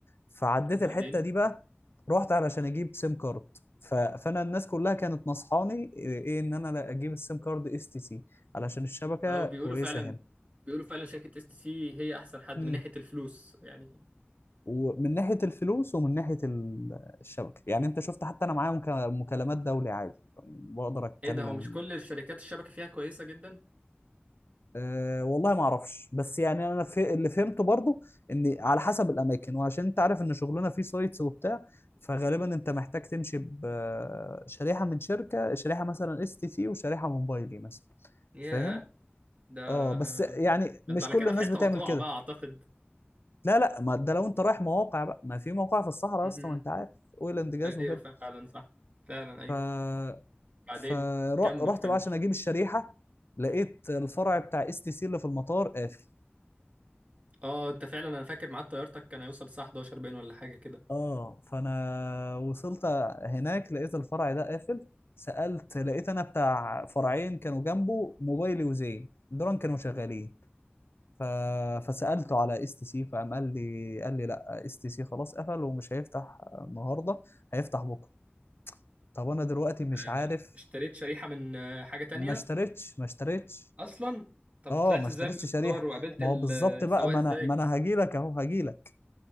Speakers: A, on the left (about 70°); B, on the right (about 35°).
A: فعديت
B: وبعدين
A: الحته دي بقى رحت علشان اجيب سيم كارد ف... فانا الناس كلها كانت نصحاني ايه ان انا لا اجيب السيم كارد اس تي سي علشان الشبكه
B: اه بيقولوا
A: كويسه
B: فعلا
A: هنا
B: بيقولوا فعلا شركه اس تي سي هي احسن حد
A: مم.
B: من ناحيه الفلوس يعني
A: ومن ناحيه الفلوس ومن ناحيه ال- الشبكه يعني انت شفت حتى انا معايا مكا- مكالمات دولي عادي بقدر اتكلم
B: ايه ده هو مش كل الشركات الشبكه فيها كويسه جدا
A: أه والله ما اعرفش بس يعني انا في اللي فهمته برضو ان على حسب الاماكن وعشان انت عارف ان شغلنا فيه سايتس وبتاع فغالبا انت محتاج تمشي بشريحه من شركه شريحه مثلا اس تي سي وشريحه موبايلي مثلا
B: ياه
A: فاهم
B: ده
A: اه بس يعني
B: ده
A: مش
B: انتوا على
A: كل
B: كده
A: الناس
B: في حته
A: بتعمل
B: مقطوعه
A: كده
B: بقى اعتقد
A: لا لا ما ده لو انت رايح مواقع بقى ما في مواقع في الصحراء يا
B: امم
A: اسطى ما انت عارف اويل اند جاز
B: ايوه
A: وكده
B: فعلا صح فعلا ايوه
A: ف
B: بعدين
A: فرحت
B: كمل كمل
A: بقى عشان اجيب الشريحه لقيت الفرع بتاع اس تي سي اللي في المطار قافل
B: اه انت فعلا انا فاكر ميعاد طيارتك كان هيوصل الساعه 11 باين ولا حاجه كده
A: اه فانا وصلت هناك لقيت الفرع ده قافل سألت لقيت انا بتاع فرعين كانوا جنبه موبايلي وزين دول كانوا شغالين ف... فسألته على اس تي سي فقام قال لي قال لي لا اس تي سي خلاص قفل ومش هيفتح النهارده هيفتح بكره طب انا دلوقتي مش
B: آه،
A: عارف
B: اشتريت شريحه من آه، حاجه تانية
A: ما اشتريتش ما اشتريتش
B: اصلا طب
A: اه
B: طلعت
A: ما اشتريتش
B: ازاي من
A: شريحه
B: القطار وقابلت
A: ما
B: ال-
A: هو بالظبط
B: السواق
A: بقى ما
B: ازاي
A: انا ما انا هاجي لك اهو هاجي لك